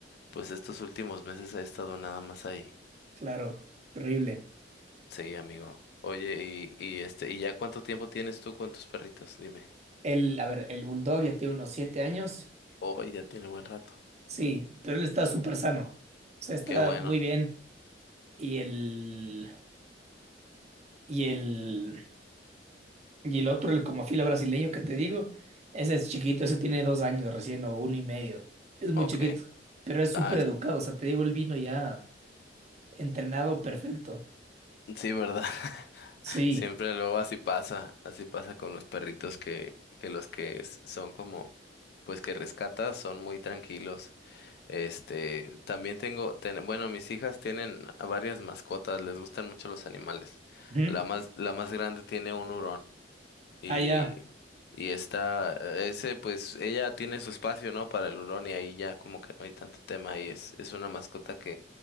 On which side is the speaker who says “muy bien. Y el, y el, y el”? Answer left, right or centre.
Right